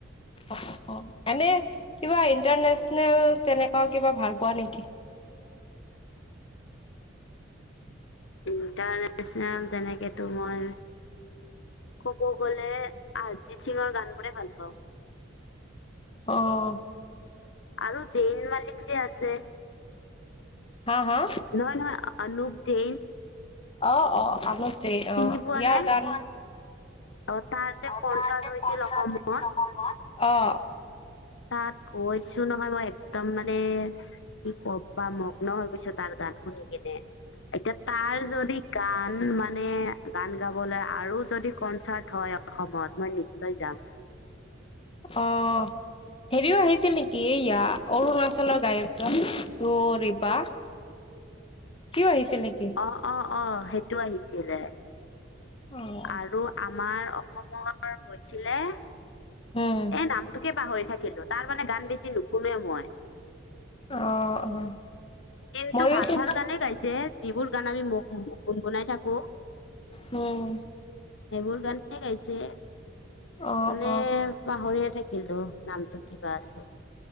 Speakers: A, on the left; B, on the left.
A: অহ অহ, এনে কিবা ইণ্টাৰনেশ্যনেল তেনেকুৱা কিবা ভাল পোৱা নেকি?
B: ইণ্টাৰনেশ্যনেল তেনেকেতো মই ক'ব গ'লে অৰিজিত সিঙৰ গান বোৰে ভাল পাওঁ।
A: অহ'।
B: আৰু জেইন মালিক যে আছে
A: হা হা।
B: নহয়, নহয় অনুপ জৈন
A: অ অ অনুপ জেইন,
B: চিনি
A: অ
B: পোৱা
A: ইয়াৰ
B: নে
A: গান
B: অ তাৰ যে
A: অ
B: কনচাৰ্ট
A: তাৰ যে
B: হৈছিল
A: কনসাৰ্ট
B: অসমত
A: হৈছিল অসমত, অহ'
B: তাত গৈছো নহয় মই একদম মানে কি কবা মগ্ন হৈ গৈছো তাৰ গান শুনি কিনে এতিয়া তাৰ যদি গান মানে গান গাবলৈ আৰু যদি কনচাৰ্ট হয় অসমত মই নিশ্চয় যাম।
A: অহ'। হেৰিও আহিছিল নেকি এইয়া অৰুণাচলৰ গায়কজন ৰিতু' ৰিবা সিও আহিছিল নেকি?
B: অ অ অ সেইটো আহিছিলে
A: অ'।
B: আৰু আমাৰ অসমৰ গৈছিলে এ
A: উম,
B: নামটোকে পাহৰি থাকিলো, তাৰ মানে গান বেছি নুশুনোৱে মই
A: অ, অ।
B: কিন্তু
A: মইয়ো
B: ভাল
A: তো
B: ভাল গানে গাইছে, যিবোৰ গান আমি ম গুণগুণাই থাকো।
A: উম।
B: সেইবোৰ গানেই গাইছে
A: অ',
B: মানে
A: অ',
B: পাহৰিয়ে থাক কিলো নামটো কিবা আছিল।